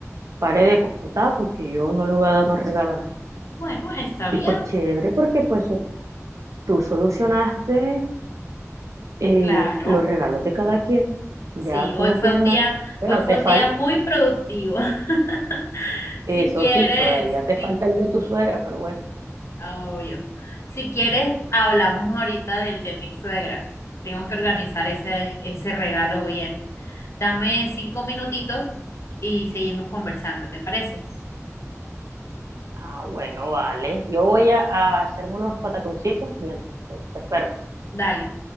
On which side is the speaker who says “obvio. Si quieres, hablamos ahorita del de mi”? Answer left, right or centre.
Left